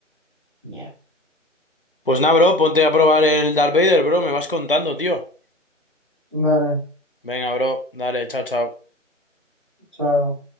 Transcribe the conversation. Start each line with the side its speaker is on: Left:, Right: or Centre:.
Right: Ya.
Left: Pues nada, bro, ponte a probar el Darth Vader, bro. Me vas contando, tío.
Right: Vale,
Left: Venga, bro. Dale, chao, chao.
Right: chao.